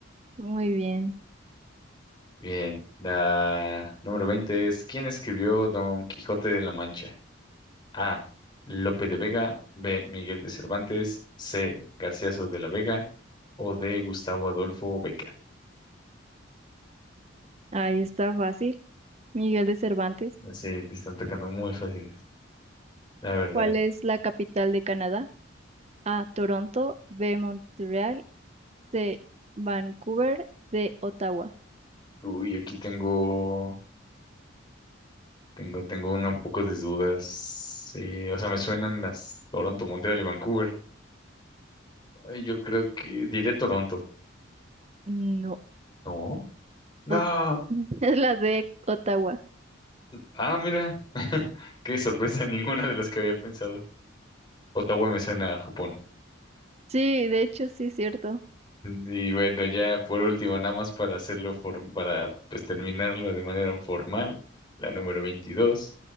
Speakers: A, on the right; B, on the left.
A: Muy bien,
B: Bien. La número 20 es, ¿quién escribió Don Quijote de la Mancha? A. Lope de Vega. B. Miguel de Cervantes. C. Garcilaso de la Vega. O D. Gustavo Adolfo Bécquer.
A: ahí está fácil. Miguel de Cervantes,
B: Así te están tocando muy fáciles, la verdad.
A: ¿cuál es la capital de Canadá? A. Toronto. B. Montreal. C. Vancouver. D. Ottawa.
B: Uy, aquí tengo, tengo, tengo una un poco de dudas. Sí, o sea, me suenan las Toronto, Montreal y Vancouver. Ay, yo creo que diré Toronto.
A: No.
B: No, no.
A: Ot- <laughs> es la D. Ottawa.
B: Ah, mira, <laughs> qué sorpresa, ninguna de las que había pensado. Ottawa me suena a Japón.
A: Sí, de hecho, sí es cierto.
B: Y bueno, ya por último, nada más para hacerlo, form- para pues terminarlo de manera formal, la número veintidós